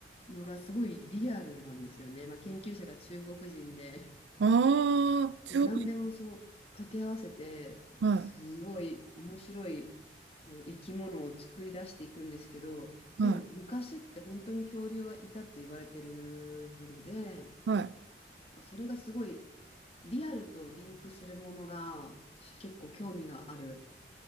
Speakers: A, on the left; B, on the right.
A: のがすごいリアルなんですよね。まあ、研究者が中国人で、
B: ああ、中国。
A: で、何でもそう掛け合わせて、
B: はい、
A: すごい面白い生き物を作り出していくんですけど、
B: は
A: でも昔って本当に恐竜はいたと言われてるので、
B: い、はい。
A: それがすごいリアルとリンクするものが私結構興味がある